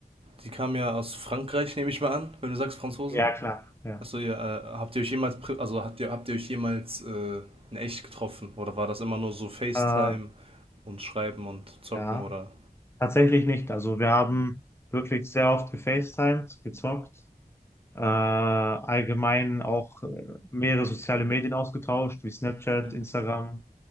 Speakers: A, on the right; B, on the left.
A: die kam ja aus Frankreich, nehme ich mal an, wenn du sagst Franzosin.
B: Ja, klar. Ja.
A: Achso, ihr, äh, habt ihr euch jemals, pri- also habt ihr, habt ihr euch jemals äh, in echt getroffen? Oder war das immer nur so FaceTime
B: Äh,
A: und Schreiben und Zocken
B: ja,
A: oder
B: tatsächlich nicht. Also wir haben wirklich sehr oft gefacetimed, gezockt. äh, allgemein auch äh, mehrere soziale Medien ausgetauscht, wie Snapchat,
A: hm?
B: Instagram,